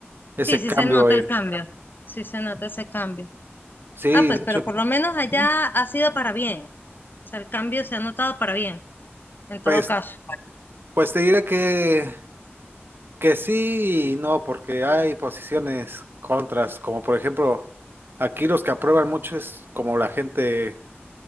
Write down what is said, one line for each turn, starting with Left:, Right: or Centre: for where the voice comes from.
Right: ese
Left: Sí, sí
Right: cambio
Left: se nota
Right: en,
Left: el cambio, sí se nota ese cambio.
Right: sí,
Left: Ah, pues,
Right: de hecho,
Left: pero por lo menos allá
Right: ¿Mm?
Left: ha sido para bien, o sea, el cambio se ha notado para bien, en todo
Right: pues,
Left: caso.
Right: pues te diré que Que sí y no, porque hay posiciones contras, como por ejemplo, aquí los que aprueban mucho es como la gente,